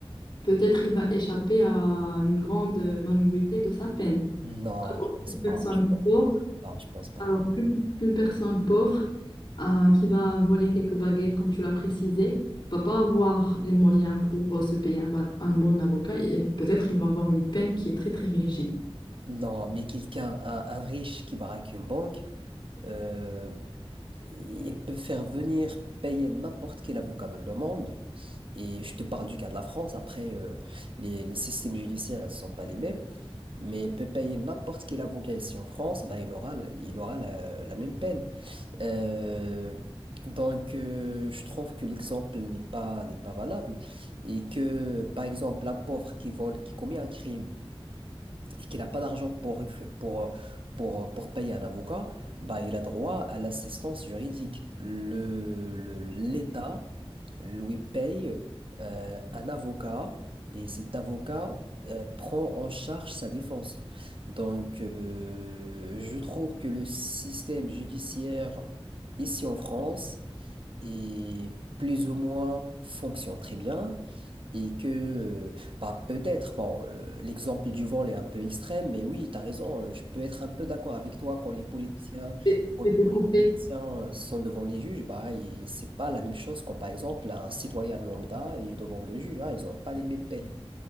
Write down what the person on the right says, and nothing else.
Non, je pense
pas.
Je pense
pas, je pense pas.
Non, mais quelqu'un, un, un riche qui braque une banque, Euh, ils peuvent faire venir payer n'importe quel avocat de le monde. Et je te parle du cas de la France. Après, euh, les, les systèmes judiciaires ne sont pas les mêmes. Mais il peut payer n'importe quel avocat ici en France. Bah, il aura, il aura la, la même peine. Euh, donc, euh, je trouve que l'exemple n'est pas, n'est pas valable. Et que, par exemple, un pauvre qui vole, qui commet un crime, et qu'il n'a pas d'argent pour, recru- pour, pour, pour payer un avocat, bah, il a droit à l'assistance juridique. Le, le- l'État lui paye euh, un avocat et cet avocat euh, prend en charge sa défense. Donc, euh, je trouve que le système judiciaire ici en France est plus ou moins fonctionne très bien. Et que, euh, bah peut-être, bon, euh, l'exemple du vol est un peu extrême, mais oui, tu as raison, euh, je peux être un peu d'accord avec toi quand les politiciens,
quand,
quand
les politiciens euh, sont devant les juges, bah, et c'est pas la même chose quand, par exemple, un citoyen lambda est devant le juge, hein, ils n'ont pas les mêmes peines.